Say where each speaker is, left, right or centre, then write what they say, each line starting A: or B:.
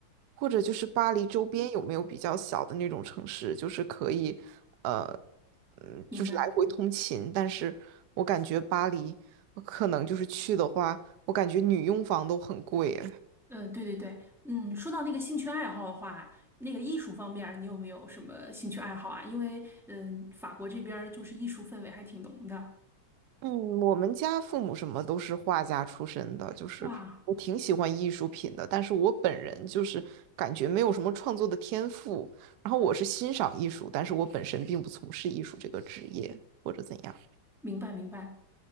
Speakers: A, on the right; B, in the centre.
A: 或者就是巴黎周边有没有比较小的那种城市，就是可以，呃，嗯，
B: 明白。
A: 就是来回通勤。但是我感觉巴黎，我可能就是去的话，我感觉女佣房都很贵，
B: 嗯，对对对，嗯，说到那个兴趣爱好的话，那个艺术方面儿你有没有什么兴趣爱好啊？因为，嗯、法国这边儿就是艺术氛围还挺浓的。
A: 嗯，我们家父母什么都是画家出身的，就是我挺喜欢艺术品的，
B: 哇，
A: 但是我本人就是感觉没有什么创作的天赋。然后我是欣赏艺术，但是我本身并不从事艺术这个职业或者怎样。
B: 明白明白。